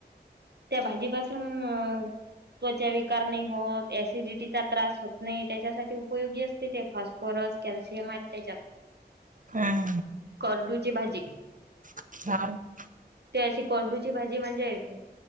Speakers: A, on the right; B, on the right.
A: त्या भाजीपासून अ त्वचा विकार नाही होत ऍसिडिटीचा त्रास होत नाही त्याच्यासाठी उपयोगी अस ते फॉस्फोरस कॅल्शियम त्याच्यात
B: हम्म हम्म.
A: करडूची भाजी.
B: <inaudible>
A: ते अशी कोरडूची भाजी म्हणजे